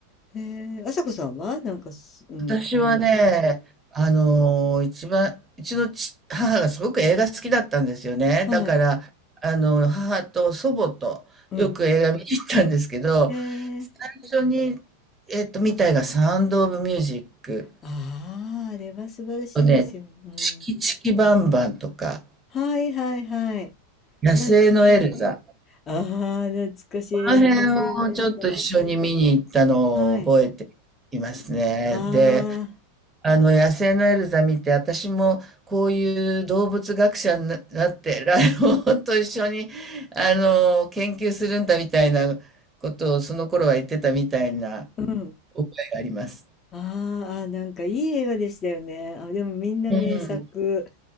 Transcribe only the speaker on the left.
へえ、あさこさんはなんかす、うん、
あります
はい。
うん。へえ。
ああ、あれは素晴らしいですよね。
うん。
はいはいはい。
懐かしい。ああ、懐かしい。
s n さん。はい。あ
あ、うん。
あーあー、なんかいい映画でしたよね。あ、でもみんな名作。